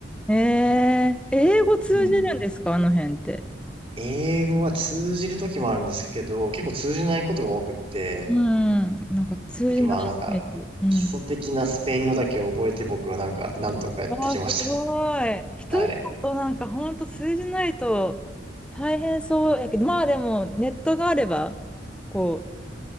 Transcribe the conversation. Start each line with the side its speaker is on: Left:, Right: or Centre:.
Centre: <laughs> えー、英語通じるんですかあの辺って。
Right: うん。英語は通じる時もあるんですけど、結構通じないことが多くって、
Centre: うん。なんか通じないイメージ。
Right: でまあなんか、
Centre: うん。
Right: 基礎的なスペイン語だけ覚えて僕はなんか、なんとかやってきました。
Centre: わあ、すごい。一人だとなんかほんと通じないと大変そうやけど、
Right: はい。
Centre: まあでもネットがあれば、こう、